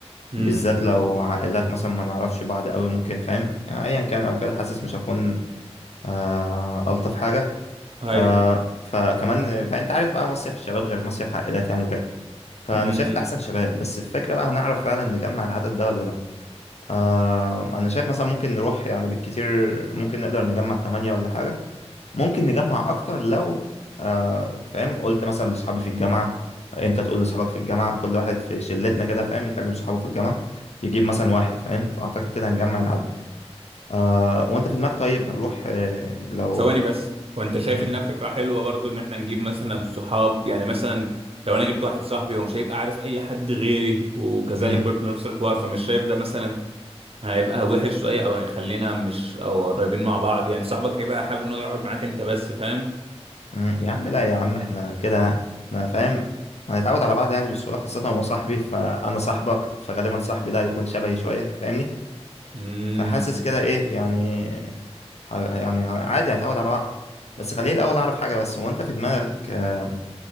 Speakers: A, on the right (about 60°); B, on the left (about 70°).
A: امم
B: بالذات لو عائلات مثلا ما نعرفش بعض قوي ممكن فاهم يعني ايا كان او كده حاسس مش هكون آه الطف حاجه
A: ايوه
B: آه فكمان فانت عارف بقى مصيف الشباب غير مصيف عائلات يعني وكده فانا
A: امم
B: شايف الاحسن شباب بس الفكره بقى هنعرف فعلا نجمع العدد ده ولا لا آه انا شايف مثلا ممكن نروح يعني بالكتير ممكن نقدر نجمع تمانية ولا حاجه ممكن نجمع اكتر لو آه فاهم قلت مثلا لاصحابي في الجامعه انت تقول لاصحابك في الجامعه كل واحد في شلتنا كده فاهم يكلم صحابه في الجامعه يجيب مثلا واحد فاهم فاعتقد كده هنجمع العدد آه وانت في دماغك طيب هنروح آه لو
A: ثواني بس وانت شايف
B: مم.
A: انها فكره حلوه برضو ان احنا نجيب مثلا صحاب يعني مثلا لو انا جبت واحد صاحبي هو مش هيبقى عارف اي حد غيري وكذلك
B: مم.
A: برضو نفس الحوار فمش شايف ده مثلا هيبقى وحش شويه او هيخلينا مش او قريبين مع بعض يعني صاحبك هيبقى حابب انه يقعد معاك انت بس فاهم
B: مم. يا عم لا يا عم احنا كده يعني احنا فاهم هنتعود على بعض يعني بسهوله خاصه هو صاحبي فانا صاحبك فغالبا صاحبي ده هيكون شبهي شويه فاهمني
A: مم.
B: فحاسس كده ايه يعني ه- يعني ه- عادي هتعود على وقت بس خليني الاول اعرف حاجه بس هو انت في دماغك آه